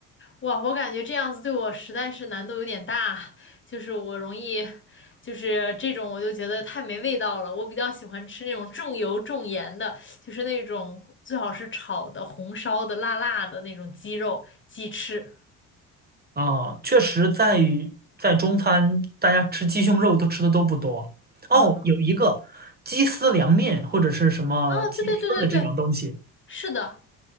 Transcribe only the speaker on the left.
哇，我感觉这样子对我实在是难度有点大，就是我容易，就是这种我就觉得太没味道了。我比较喜欢吃那种重油重盐的，就是那种最好是炒的、红烧的、辣辣的那种鸡肉、鸡翅。
嗯，
哦，对对对对对，是的，